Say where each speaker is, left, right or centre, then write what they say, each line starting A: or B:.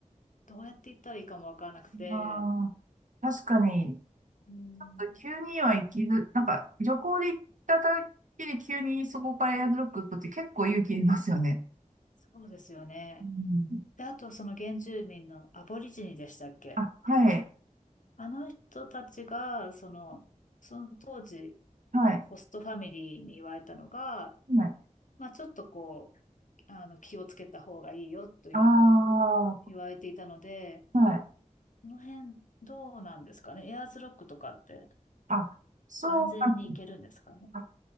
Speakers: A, on the left (about 70°); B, on the right (about 70°).
A: どうやって行ったらいいかもわからなくて、
B: ああ、確かに、ち
A: うん、
B: ょっと急には行きず、なんか旅行で行っただけで急にそこからエアドロップ行くって結構勇気いりますよね。
A: そうですよね。
B: うん。
A: で、あとその原住民のアボリジニでしたっけ
B: あ、はい。
A: あの人たちが、その、その当時、
B: はい。
A: あの、ホストファミリーに言われたのが、
B: はい。
A: まあちょっとこう、あの、気をつけた方がいいよというのを
B: ああ、
A: 言われていたので、
B: はい。
A: この辺どうなんですかね。エアーズロックとかって
B: あ、そうか。
A: 安全に行けるんですかね。
B: あ